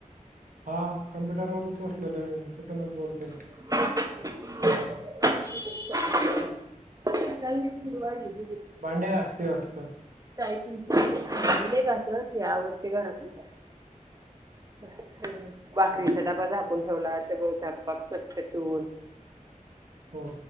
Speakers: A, on the right; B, on the right.
A: हा कम्प्युटरवरच बसलेलो आहे. तिथूनच बोलतोय.
B: <unintelligible> वाढली.
A: भांडे घासतय वाटतं.
B: टायपिंग च. भांडे नाही घासत. मी आवरते घरातलच. हम. भाकरीचा
A: हो
B: डबा झाकून ठेवला. सगळं झाक पाक. स्वच्छ ठेवून.
A: हो.